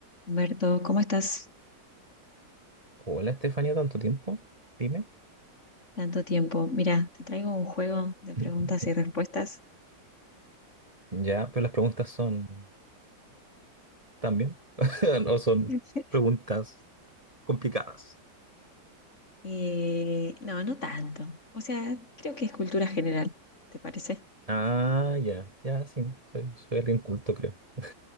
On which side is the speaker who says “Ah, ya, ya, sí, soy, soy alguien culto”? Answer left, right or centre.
Right